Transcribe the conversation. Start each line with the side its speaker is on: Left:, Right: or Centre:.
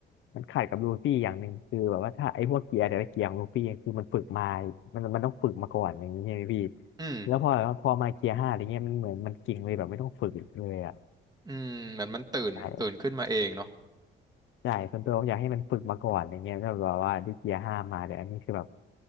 Left: มันขัดกับลูฟี่อย่างหนึ่งคือแบบว่าถ้าไอ้พวกเกียร์แต่ละเกียร์ของลูฟี่คือมันฝึกมามันมันต้องฝึกมาก่อนอย่างนี้ใช่ไหมพี่
Right: อืม
Left: แล้วพอแบบว่าพอมาเกียร์ห้าอะไรเงี้ยมันเหมือนมันเก่งเลยแบบไม่ต้องฝึกอีกเลยอ่ะ
Right: อืมเหมือนมันตื่นตื่นขึ้นมาเองเนาะ
Left: ใช่ใช่ส่วนตัวผมอยากให้มันฝึกมาก่อนอย่างเงี้ยแล้วแบบว่าได้เกียร์ห้ามาแต่อันนี้คือแบบ